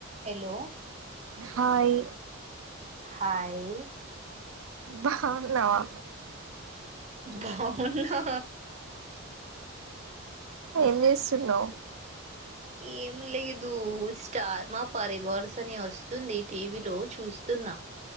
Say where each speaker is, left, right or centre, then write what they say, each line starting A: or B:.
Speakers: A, on the right; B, on the right.
A: హలో
B: హాయ్
A: హాయ్
B: భాహున్నావా
A: భావున్నా
B: ఏం జేస్తున్నావు
A: ఏం లేదూ స్టార్ మా పరివార్స్ అని ఒస్ సుంది టీవీలో చూస్తున్నా